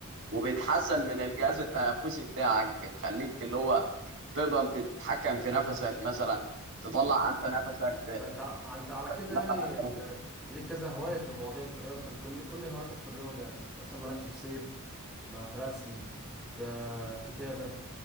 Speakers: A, on the right (about 60°); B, in the centre.
A: وبتحسن من الجهاز التنفسي بتاعك بتخليك اللي هو تقدر تتحكم في نفسك مثلا تطلع انت نفسك
B: ده انت ع- انت على كده
A: دخل
B: يعني
A: على التنافس
B: انت ليك كذا هواية في المواضيع دي في الرياضة كل كل كل هواياتك في الرياضة يعني مثلا مالكش في صيد ما في رسم في كتابة